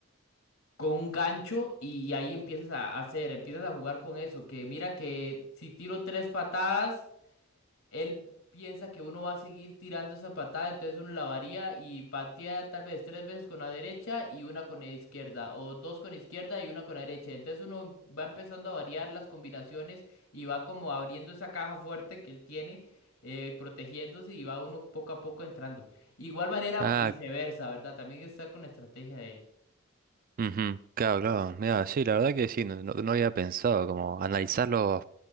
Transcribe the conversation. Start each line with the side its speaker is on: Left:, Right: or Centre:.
Left: con un gancho y, ahí empiezas a hacer, empiezas a jugar con eso, que mira que si tiro tres patadas él piensa que uno va a seguir tirando esa patada, entonces uno la varía y patea tal vez tres veces con la derecha y una con la izquierda, o dos con izquierda y una con la derecha. Entonces uno va empezando a variar las combinaciones y va como abriendo esa caja fuerte que él tiene, eh, protegiéndose y va uno poco a poco entrando. Igual manera,
Right: Ah,
Left: viceversa, ¿verdad? También está con la estrategia de él.
Right: ujú, Claro, claro. Mira, sí, la verdad que sí, no, no- no había pensado como analizarlo